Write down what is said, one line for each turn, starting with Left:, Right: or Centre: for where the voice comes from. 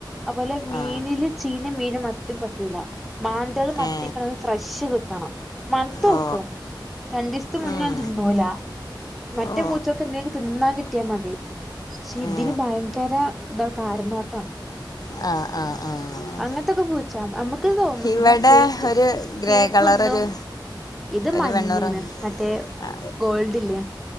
Centre: അത്പോലെ മീനില്
Left: ആ
Centre: ചീഞ്ഞ മീനും മറ്റും പറ്റൂലാ മാന്തളും മത്തിക്കിണും
Left: ഏ
Centre: ഫ്രഷ് കി ത്തണം മണത്തോക്കും
Left: ഓ
Centre: രണ്ടിസ്ത്തെ മുന്നേണ്
Left: ഉം
Centre: തിന്നൂല മറ്റേ
Left: ഓ
Centre: പൂച്ചൊക്കെ എന്തേല് തിന്നാൻ കി ട്ട്യ മതി പക്ഷെ ഇതിന്
Left: ഏ
Centre: ഭയങ്കര <unintelligible> ന്നോട്ടാണ്
Left: ആ ആ ആ
Centre: അങ്ങനത്തൊക്കെ പൂച്ചാ നമ്മക്ക് തോന്നു
Left: ഇവിടെ
Centre: പിന്നെ കേക്ക്
Left: ഒരു ഗ്രേ
Centre: കേക്ക്
Left: കളറൊരു
Centre: ന്നും
Left: ഒരു
Centre: ഇത്
Left: ഒരു
Centre: മഞ്ഞാണ്
Left: വെണ്ണൂറ്
Centre: മറ്റേ
Left: ആ
Centre: ഗോൾഡ് ഇല്ലേ